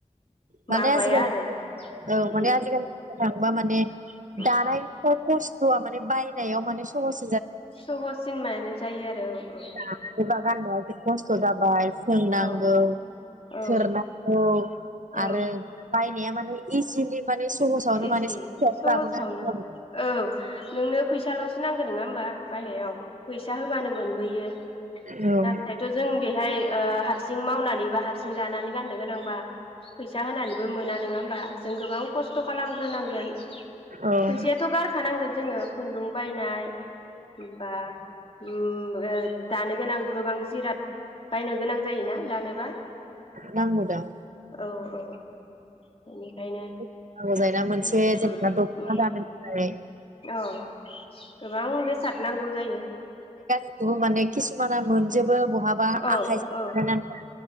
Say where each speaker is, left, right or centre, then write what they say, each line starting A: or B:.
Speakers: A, on the right; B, on the left.
A: माने
B: माबाया
A: आजिखालि
B: आरो
A: औ
B: उम
A: माने आजिखालि बुंनो थांबा माने
B: उम
A: दानायफ्राव खस्थ' <unintelligible> माने बायनायाव माने सहस
B: सहसिन माने जायो आरो औ औ
A: जबा <unintelligible> गाननायाथ' खस्थ' जाबाय सोंनांगौ
B: औ अ
A: थोरनांगौ
B: औ
A: आरो बायनाया माने इजिलि माने सहसावनो
B: इजि
A: माने सानसेयावनो
B: सहसावनो
A: लाबोनो हानाय जाबाय
B: औ नोंनो फैसाल'सो नां गौ नङा होनबा बायनायाव फैसा होबानो मोनबोयो
A: औ
B: नाथायथ' जों बेहाय ओ हार सिं मावनानै बा हारसिं दानानै गाननो गोनांबा फैसा होनानैबो मोना नोङा होमबा जों गोबां खस्थ खालामग्रोनांगोन
A: औ
B: फैसायाथ' गारखानांगोन जोङो खुन्दुं बायनाय बा उम दानो गोनां गोबां जिराद बायनो गोनां जायोना दानोबा
A: नांगौ दा
B: औ औ बेनिखायनो
A: नांगौ जायो ना मोनसे
B: उम
A: जेनेबा
B: उम
A: दख'ना
B: उम
A: दानो थाखाय
B: औ गोबां बेसाद नांगौ जायो
A: <unintelligible> माना मोन जेबो बहाबा
B: औ
A: आखाइजों बानायनानै
B: औ